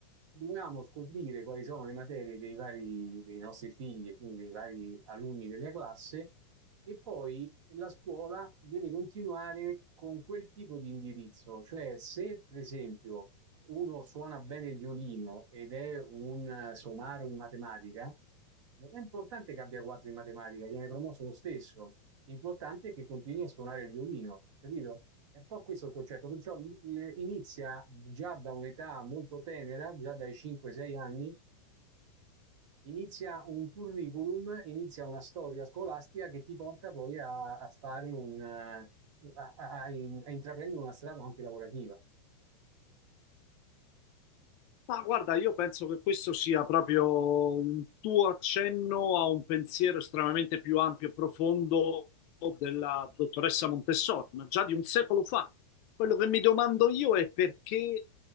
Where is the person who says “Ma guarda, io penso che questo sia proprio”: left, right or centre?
Left